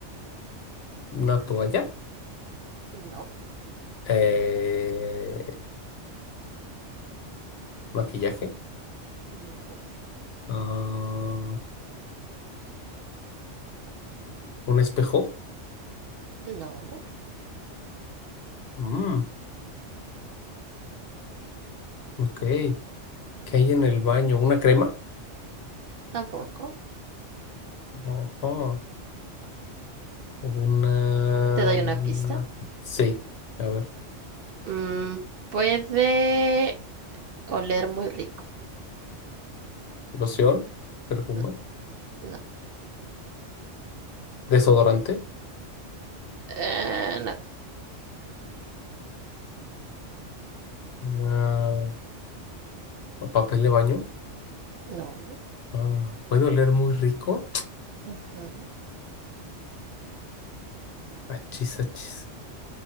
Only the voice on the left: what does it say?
una toalla.
Eh, maquillaje.
Ah, un espejo.
Mm, ok. ¿Qué hay en el baño? ¿Una crema?
Ojo. Una...
Sí. A ver.
Loción. Perfume.
Desodorante.
Ah, papel de baño.
Ah, ¿puede oler muy rico? <tsk>
Achis, achis.